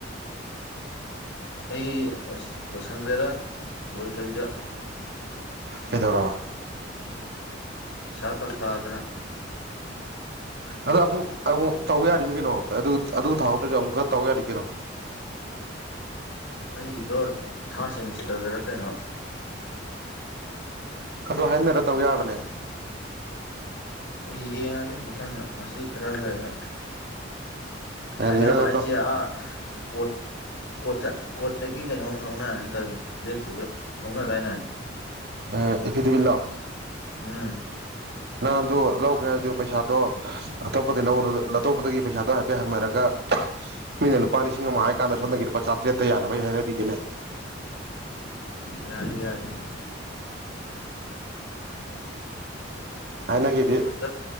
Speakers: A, on the left; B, on the right.
A: ꯑꯩ ꯂꯣꯏꯁꯪꯈ꯭ꯔꯦꯗ ꯂꯣꯏꯗꯕꯤꯗ
B: ꯍꯗꯣꯔꯔꯕ
A: ꯄꯁꯥꯄ꯭ꯔꯊꯥꯗꯅ
B: ꯑꯗꯣ ꯑꯃꯨꯛ ꯑꯃꯨꯛ ꯇꯧꯕ ꯌꯥꯔꯤꯃꯤꯅꯦ ꯀꯩꯅꯣ ꯑꯗꯨ ꯑꯗꯨ ꯊꯥꯍꯧꯗ꯭ꯔꯁꯨ ꯑꯃꯨꯛꯀ ꯇꯧ ꯌꯥꯔꯤ ꯀꯩꯅꯣ
A: ꯑꯩꯒꯤꯗꯣ ꯊꯥꯔꯠ ꯁꯦꯃꯤꯁꯇꯔꯗꯥꯔ ꯀꯩꯅꯣ
B: ꯑꯗꯨ ꯍꯥꯏꯅꯔꯒ ꯇꯧꯕ ꯌꯥꯕꯅꯦ
A: ꯑꯗꯨ ꯌꯦꯡꯉꯥꯒꯦ ꯃꯊꯪ ꯉꯁꯤ ꯈꯔ ꯂꯩꯔꯒ
B: ꯍꯥꯏꯗꯤ
A: ꯍꯥꯏꯅꯕ
B: ꯅꯪꯅ
A: ꯍꯥꯏꯁꯦ
B: ꯇꯧ
A: ꯑꯥ ꯀꯣꯠ ꯀꯣꯠ ꯆꯠ ꯀꯣꯠꯇꯒꯤ ꯀꯩꯅꯣꯝꯨꯛ ꯂꯧꯅꯔꯅꯤ ꯇꯧꯔꯤꯁꯦ ꯂꯦꯞꯄꯨꯕꯩ ꯂꯧꯅꯗꯥꯏꯅꯦ
B: ꯑ ꯑꯦꯐꯤꯗꯦꯚꯤꯠꯂꯣ
A: ꯎꯝ
B: ꯅꯪ ꯑꯗꯨ ꯂꯧꯒꯦ ꯍꯥꯏꯁꯨ ꯄꯩꯁꯥꯗꯣ ꯑꯇꯣꯞꯄꯗꯒꯤ ꯂꯧꯔꯁꯨ ꯑꯇꯣꯞꯄꯗꯒꯤ ꯄꯩꯁꯥꯗꯣ ꯍꯥꯏꯐꯦꯠ ꯍꯪꯅꯔꯒ ꯃꯤꯅ ꯂꯨꯄꯥ ꯂꯤꯁꯤꯡ ꯑꯃ ꯍꯥꯏ ꯀꯥꯟꯗ ꯁꯣꯝꯗꯒꯤ ꯂꯨꯄꯥ ꯆꯥꯇ꯭ꯔꯦꯠ ꯇ ꯌꯥꯅꯕ ꯑꯩ ꯍꯥꯏꯅꯕꯤꯒꯦꯅꯦ
A: ꯌꯥꯏꯌꯦ ꯌꯥꯏꯌꯦ
B: ꯍꯥꯏꯅꯒꯤꯗꯤ
A: ꯍꯟꯗꯛ